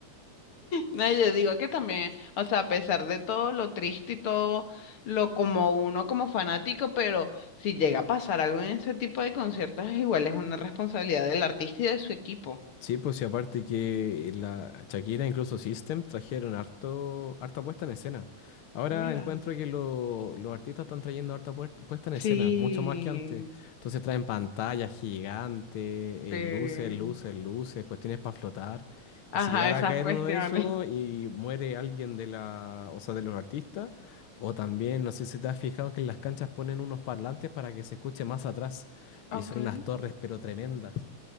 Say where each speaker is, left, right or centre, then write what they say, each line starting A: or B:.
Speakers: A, on the left (about 45°); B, on the left (about 80°).
A: No, yo digo que también, o sea, a pesar de todo lo triste y todo lo como uno como fanático, pero si llega a pasar algo en ese tipo de conciertos, igual es una responsabilidad del artista y de su equipo.
B: Sí, pues y aparte que la Shakira, incluso System, trajeron harto, harta puesta en escena. Ahora
A: Mira.
B: encuentro que lo- los artistas están trayendo harta puer- puesta en
A: Sí,
B: escena, mucho más que antes. Entonces traen pantallas gigantes, eh,
A: sí.
B: luces, luces, luces, cuestiones para flotar.
A: Ajá,
B: Y si llegara
A: esas
B: a caer
A: cuestiones.
B: uno de esos y muere alguien de la, o sea, de los artistas, o también, no sé si te has fijado que en las canchas ponen unos parlantes para que se escuche más atrás.
A: Okay.
B: Y son unas torres, pero tremendas.